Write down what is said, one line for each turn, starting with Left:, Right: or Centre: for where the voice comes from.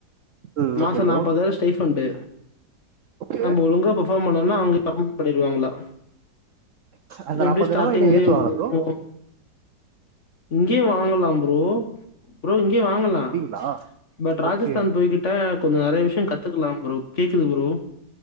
Right: ம்
Left: மாசோ
Right: ஓகே ப்ரோ
Left: நாப்பதாய்ரோ ஸ்டே ஃபண்டு
Right: ஓகே
Left: நம்ப ஒழுங்கா பர் ஃபாம் பண்ணோனா அவுங்க பர்மெண்ட் பண்ணிருவாங்களா
Right: அந்த
Left: எப்டி
Right: நாப்பதாயிரமா
Left: ஸ்டாட்டிங்லயே
Right: இன்னு ஏத்துவாங்களா
Left: ஒன்னு
Right: ப்ரோ
Left: <inaudible> இங்கயு வாங்கலா ப்ரோ ப்ரோ இங்கயு வாங்கலா
Right: அப்டிங்களா
Left: அ பட் ராஜஸ்தான்
Right: ஓகே
Left: போய்கிட்ட கொஞ்ச நெறைய விஷ்யோ கத்துக்கலா ப்ரோ கேக்குது ப்ரோ